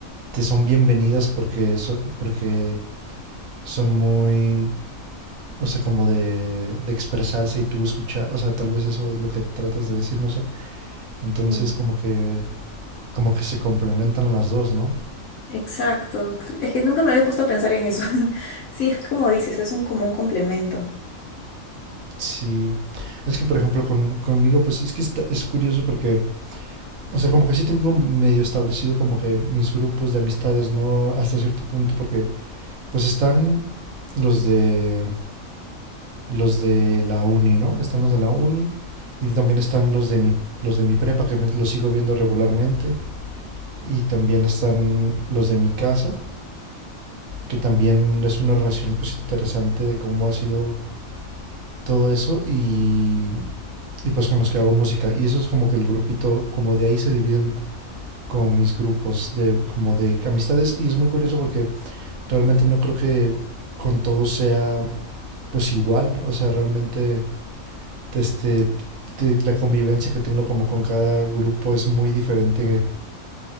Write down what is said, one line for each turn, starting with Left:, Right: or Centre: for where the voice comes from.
Right: te son bienvenidas porque, so- porque son muy, o sea, como de, de expresarse y tú escuchas, o sea, tal vez eso es lo que tratas de decir, no sé. Entonces
Left: Mm.
Right: como que, como que se complementan las dos, ¿no?
Left: Exacto, es que nunca me había puesto a pensar en eso. <laughs> Sí, es como dices, es un como un complemento.
Right: Sí. Es que, por ejemplo, con, conmigo, pues es que está- es curioso porque, o sea, como que sí tengo medio establecido como que mis grupos de amistades, ¿no? Hasta cierto punto, porque pues están los de los de la uni, ¿no? Están los de la uni y también están los de mi los de mi prepa que me- los sigo viendo regularmente y también están los de mi casa, que también es una relación pues interesante de cómo ha sido todo eso y y pues con los que hago música. Y eso es como que el grupito, como de ahí se dividen como mis grupos de, como de amistades. Y es muy curioso porque realmente no creo que con todos sea pues igual. O sea, realmente este, te- la convivencia que tengo como con cada grupo es muy diferente